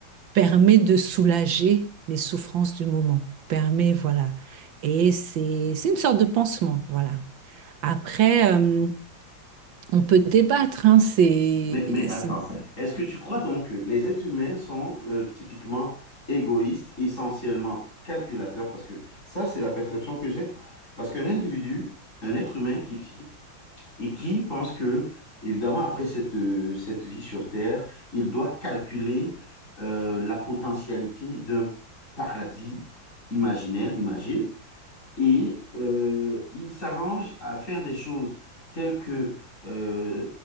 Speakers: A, on the right (about 75°); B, on the left (about 40°).
A: permet de soulager les souffrances du moment. Permet, voilà. Et c'est, c'est une sorte de pansement, voilà. Après, euh, on peut débattre, hein, c'est...
B: Mais, mais attends,
A: c'est-
B: est-ce que tu crois donc que les êtres humains sont euh, typiquement égoïstes, essentiellement calculateurs? Parce que ça, c'est la perception que j'ai. Parce qu'un individu, un être humain qui vit et qui pense que, évidemment, après cette, euh, cette vie sur Terre, il doit calculer euh, la potentialité d'un paradis imaginaire, imagé, et euh, il s'arrange à faire des choses telles que euh,